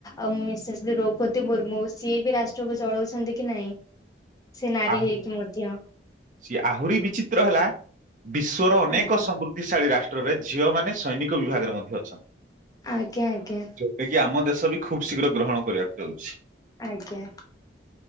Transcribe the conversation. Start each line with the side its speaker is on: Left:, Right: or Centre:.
Left: ଅ ମିସେସ୍ ଦ୍ରୌପଦୀ ମୁର୍ମୁ ସିଏ ବି ରାସ୍ ଷ୍ଟ୍ରକୁ ଚଳଉଛନ୍ତି କି ନାଇଁ ସେ ନାରୀ
Right: ଆହୁ
Left: ହେଇକି ମଧ୍ୟ।
Right: ସିଏ ଆହୁରି ବିଚିତ୍ର ହେଲା ବିଶ୍ଵର ଅନେକ
Left: ଆଜ୍ଞା
Right: ସମୃ ଧିଶାଳି ରାଷ୍ଟ୍ରରେ ଝିଅ ମାନେ ସୈନିକ ବିଭାଗରେ ମଧ୍ୟ ଅଛନ୍ତି।
Left: ଆଜ୍ଞା ଆଜ୍ଞା।
Right: ଯୋଉଟା କିି ଆମ ଦେଶ ବି ଖୁବ ଶୀଘ୍ର ଗ୍ରହଣ କରିବାକୁ ଯାଉଛି।
Left: ଆଜ୍ଞା।